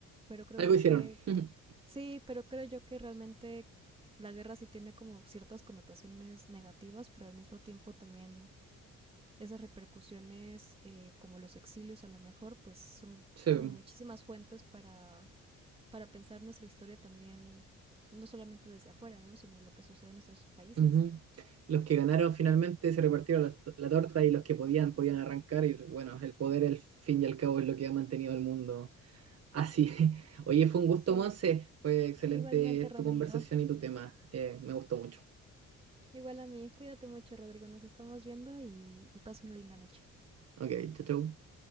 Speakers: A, on the right; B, on the right.
A: pero creo
B: Algo
A: yo
B: hicieron.
A: que,
B: <laughs>
A: sí, pero creo yo que realmente la guerra sí tiene como ciertas connotaciones negativas, pero al mismo tiempo también esas repercusiones, eh, como los exilios a lo mejor, pues son
B: Sí.
A: como muchísimas fuentes para, para pensar nuestra historia también, no solamente desde afuera, ¿no? Sino lo que sucede en nuestros países.
B: Ujú. Los que ganaron finalmente se repartieron la, la torta y los que podían, podían arrancar. Y bueno, el poder, al fin y al cabo, es lo que ha mantenido el mundo así. <laughs> Oye, fue un gusto,
A: Sí,
B: Monse. Fue excelente
A: igualmente Rodrigo.
B: tu conversación y tu tema. Eh, me gustó mucho.
A: Igual a mí, cuídate mucho Rodrigo, nos estamos viendo y, y pasa una linda noche.
B: Ok, chau, chau.